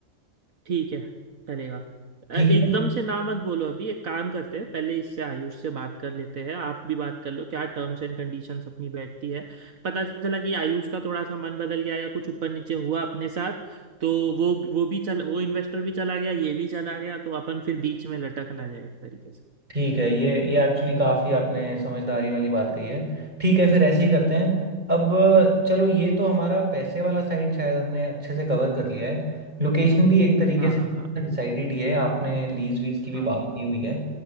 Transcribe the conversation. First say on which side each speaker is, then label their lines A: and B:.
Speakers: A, on the right (about 70°); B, on the right (about 30°).
A: ठीक है चलेगा अ,
B: ठीक
A: एकदम
B: है
A: से ना मत बोलो अभी एक काम करते हैं पहले इससे आयुष से बात कर लेते हैं आप भी बात कर लो क्या टर्म्स एंड कंडीशंस अपनी बैठती है पता चला कि आयुष का थोड़ा सा मन बदल गया या कुछ ऊपर नीचे हुआ अपने साथ तो वो वो भी चल वो इन्वेस्टर भी चला गया ये भी चला गया तो अपन फिर बीच में लटक ना जाए एक तरीके से
B: ठीक है ये ये एक्चुअली काफ़ी आपने समझदारी वाली बात कही है ठीक है फिर ऐसे ही करते हैं अब अ, चलो ये तो हमारा पैसे वाला साइड शायद हमने अच्छे से कवर कर लिया है लोकेशन भी एक तरीके
A: हाँ
B: से
A: हाँ हाँ
B: डिसाइडेड ही है आपने लीज वीज की भी
A: हाँ
B: बात की हुई है